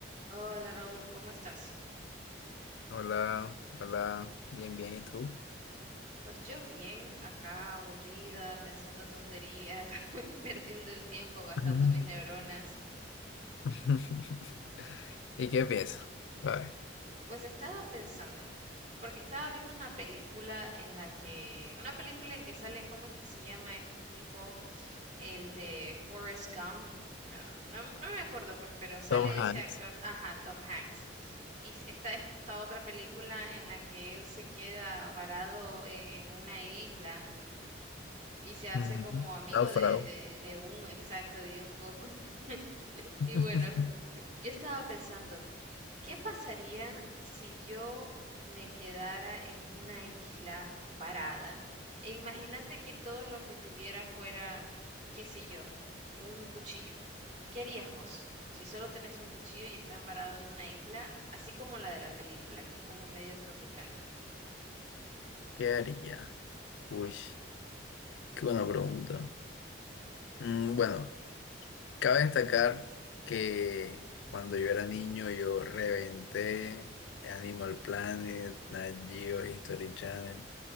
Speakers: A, on the right; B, on the left.
A: Hola Raúl, ¿cómo estás?
B: Hola, hola, bien, bien, ¿y tú?
A: Pues yo bien, acá aburrida, pensando tonterías, <laughs> perdiendo el tiempo, gastando
B: Ujú.
A: mis neuronas.
B: <laughs> ¿Y qué piensas? A ver,
A: Pues estaba pensando, porque estaba viendo una película en la que, una película en que sale, ¿cómo es que se llama este tipo? El de Forrest Gump. No, no, no me acuerdo pues, pero sale
B: Tom Hanks,
A: ese actor, ajá, Tom Hanks. Y s- está esta otra película en la que él se queda varado en en una isla. y se hace
B: Ujú.
A: como amigo
B: Náufrago.
A: de, de, de un, exacto, de un coco. <laughs>
B: <laughs>
A: Y bueno, yo estaba pensando, ¿qué pasaría si yo me quedara en una isla varada? E imagínate que todo lo que tuviera fuera, qué sé yo, un cuchillo. ¿Qué harías vos? Si solo tenés un cuchillo y estás varado en una isla, así como la de la película, que es como medio tropical.
B: ¿Qué haría? Uy, qué buena pregunta. Mm, bueno, cabe destacar que cuando yo era niño yo reventé Animal Planet, Nat Geo, History Channel